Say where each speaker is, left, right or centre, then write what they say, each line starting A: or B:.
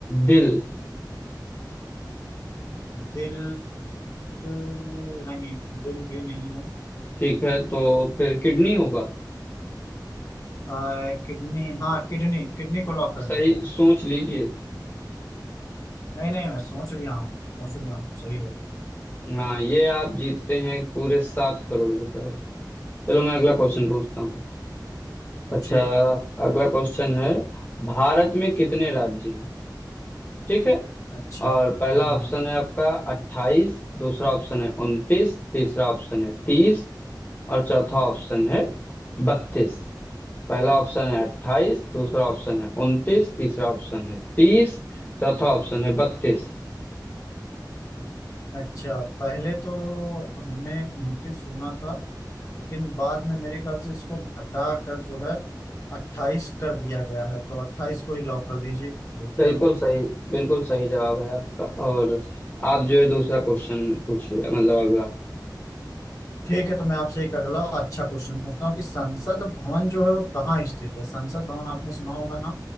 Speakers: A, on the left; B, on the left.
A: दिल
B: दिल नहीं दिल भी नहीं है
A: ठीक है तो फिर किडनी होगा
B: आ, किडनी हाँ किडनी किडनी को लॉक कर
A: सही
B: दीजिए आप
A: सोच लीजिए
B: नहीं नहीं मैं सोच रहा हूँ सोच रहा हूँ सही है
A: हाँ ये आप जीतते हैं पूरे सात करोड़ रुपए चलो मैं अगला क्वेश्चन पूछता हूँ अच्छा
B: जी
A: अगला क्वेश्चन है भारत में कितने राज्य हैं ठीक है
B: अच्छा
A: और पहला
B: हाँ
A: ऑप्शन है आपका अट्ठाईस दूसरा ऑप्शन है उनतीस तीसरा ऑप्शन है तीस और चौथा ऑप्शन है बत्तीस पहला ऑप्शन है अट्ठाईस दूसरा ऑप्शन है उनतीस तीसरा ऑप्शन है तीस चौथा ऑप्शन है बत्तीस
B: अच्छा पहले तो हमने उनतीस सुना था लेकिन बाद में मेरे ख्याल से इसको घटा कर जो है अट्ठाईस कर दिया गया है तो अट्ठाईस को ही लॉक कर दीजिए देखते
A: बिल्कुल
B: हैं
A: सही बिल्कुल सही जवाब है आपका और आप जो है दूसरा क्वेश्चन पूछिए मतलब अगला
B: ठीक है तो मैं आपसे एक अगला अच्छा क्वेश्चन पूछता हूँ कि संसद भवन जो है वो कहाँ स्थित है संसद भवन आपने सुना होगा ना